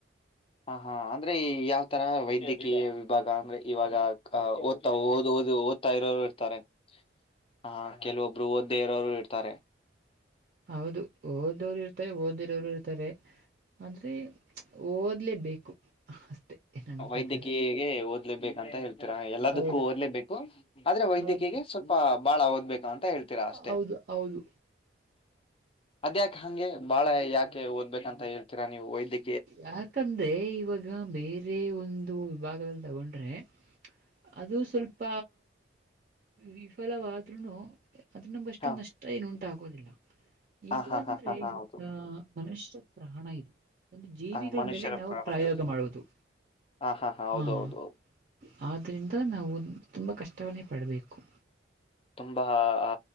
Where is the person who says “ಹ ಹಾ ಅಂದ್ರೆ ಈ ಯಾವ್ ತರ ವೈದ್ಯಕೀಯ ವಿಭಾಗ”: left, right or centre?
Left